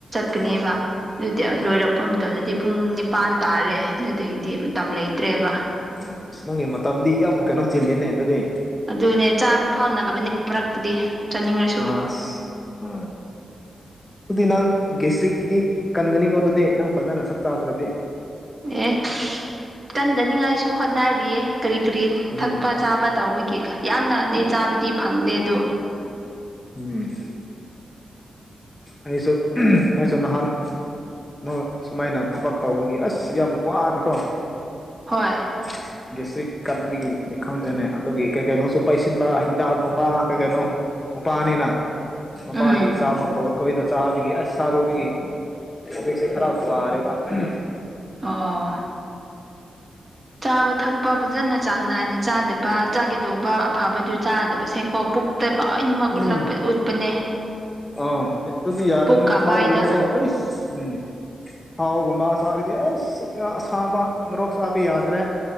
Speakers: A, on the right; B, on the left.
A: ꯀꯅꯦꯕ
B: ꯑꯥ
A: ꯑꯗꯨꯗꯤ ꯂꯣꯏꯔꯛꯄ
B: ꯑꯥ
A: ꯃꯇꯝꯗꯗꯤ ꯄꯨꯡ ꯅꯤꯄꯥꯟ ꯇꯥꯔꯦ ꯑꯗꯨꯗꯒꯤꯗꯤ ꯃꯇꯝ ꯂꯩꯇ꯭ꯔꯦꯕ
B: ꯑꯣ ꯑꯁ ꯅꯪꯒꯤ ꯃꯇꯝꯗꯤ ꯌꯥꯝ ꯀꯩꯅꯣ ꯆꯤꯜꯂꯤꯅꯦ ꯑꯗꯨꯗꯤ
A: ꯑꯗꯨꯅꯦ ꯆꯥꯕ ꯐꯥꯎꯅꯉꯕꯅꯤ ꯃꯔꯛꯇꯗꯤ ꯆꯥꯅꯤꯡꯉꯁꯨ
B: ꯑꯁ ꯎꯝ ꯑꯗꯨꯗꯤ ꯅꯪ ꯒꯦꯁꯇꯔꯤꯗꯤ ꯀꯟꯒꯅꯤꯀꯣ ꯑꯗꯨꯗꯤ ꯅꯪ ꯐꯖꯅ ꯁꯛ ꯆꯥꯗ꯭ꯔꯗꯤ
A: ꯑꯦ ꯀꯟꯗꯅꯤꯉꯥꯏꯁꯨ ꯍꯣꯠꯅꯔꯤꯌꯦ ꯀꯔꯤ ꯀꯔꯤ
B: ꯎꯝ
A: ꯊꯛꯄ ꯆꯥꯕ ꯇꯧꯕꯒꯤ
B: ꯎꯝ
A: ꯌꯥꯝꯅꯗꯤ
B: ꯑꯥ
A: ꯆꯥꯕꯗꯤ ꯐꯪꯗꯦ ꯑꯗꯣ
B: ꯎꯝ ꯑꯩꯁꯨ ꯎꯝ ꯑꯩꯁꯨ ꯅꯍꯥꯟ ꯅꯣꯏ ꯁꯨꯃꯥꯏꯅ ꯊꯕꯛ ꯇꯧꯕꯒꯤ ꯑꯁ ꯌꯥꯝ ꯋꯥꯅꯀꯣ
A: ꯍꯣꯏ
B: <inaudible> ꯒꯦꯁꯇ꯭ꯔꯤꯛ ꯀꯟꯕꯒꯤꯅꯤ ꯈꯪꯗ꯭ꯔꯦꯅꯦ ꯑꯗꯨꯒꯤ ꯀꯩ ꯀꯩꯅꯣꯁꯨ ꯄꯩꯁꯤꯟꯕ ꯍꯤꯗꯥꯛꯒꯨꯝꯕ ꯀꯩ ꯀꯩꯅꯣ ꯃꯄꯥꯅꯤꯅ ꯃꯄꯥꯒꯤ
A: ꯎꯝ
B: ꯏꯆꯥ ꯃꯛ ꯋꯥꯈꯣꯏꯗ ꯆꯥꯕꯒꯤ ꯑꯁ ꯆꯔꯨꯕꯒꯤ ꯑꯩꯈꯣꯏꯁꯦ ꯈꯔ ꯋꯥꯔꯦꯗ ꯎꯝ
A: ꯑ ꯆꯥꯕ ꯊꯛꯄ ꯐꯖꯅ ꯆꯥꯡ ꯅꯥꯏꯅ ꯆꯥꯗꯕ ꯆꯥꯒꯦꯗꯧꯕ ꯑꯐꯕꯗꯨ ꯆꯥꯗꯕꯁꯦꯀꯣ ꯄꯨꯛꯇ ꯂꯣꯏꯅꯃꯛ ꯎꯠꯂꯛꯄ
B: ꯎꯝ
A: ꯎꯠꯄꯅꯦ
B: ꯑꯥ ꯑꯗꯨꯗꯤ ꯌꯥꯗꯕꯅꯤ
A: ꯄꯨꯛꯀ
B: ꯊꯥꯎꯒꯨꯝꯕꯀꯣ
A: ꯃꯥꯏꯗ
B: ꯑꯩꯁ ꯎꯝ ꯊꯥꯎꯒꯨꯝꯕ ꯆꯥꯔꯤꯗꯤ ꯑꯩꯁ ꯁꯥꯕ ꯃꯔꯣꯛ ꯆꯕꯤ ꯌꯥꯗ꯭ꯔꯦ